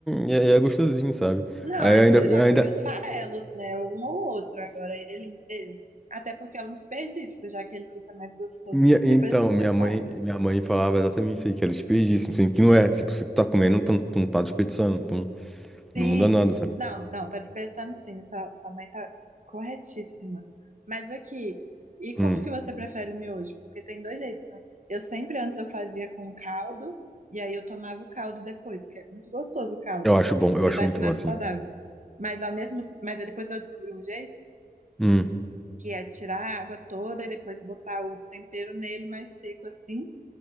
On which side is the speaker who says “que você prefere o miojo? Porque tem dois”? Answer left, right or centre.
Right